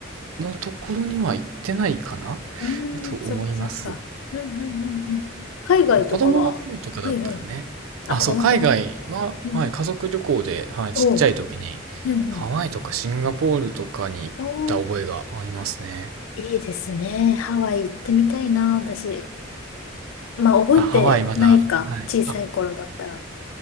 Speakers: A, on the right; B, on the left.
A: のところには行ってないかな
B: うーん、
A: と思います。
B: そっかそっか。うんうんうんうん。海外とかは、
A: まあ子供の頃とかだったらね、
B: はいはい。あ、
A: あ、
B: 子供。
A: そう、海外は、
B: うん。
A: はい、家族旅行で、はい、
B: おう。
A: ちっちゃい時に、
B: うんうん。
A: ハワイとかシンガポールとかに行った覚えがありますね。
B: おー、いいですね。ハワイ行ってみたいな、私。まあ、覚えてないか。
A: あ、ハワイまだ、はい。
B: 小さい頃だったら。